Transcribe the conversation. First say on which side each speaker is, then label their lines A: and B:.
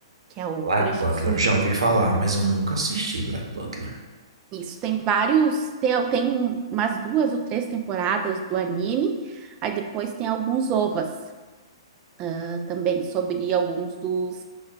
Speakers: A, on the right; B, on the right.
A: que é o
B: Black
A: Kuroshitsuji.
B: Butler. Já ouvi falar, mas eu nunca assisti Black Butler.
A: Isso, tem vários, tem, tem umas duas ou três temporadas do anime, aí depois tem alguns ovas ah, também sobre alguns dos,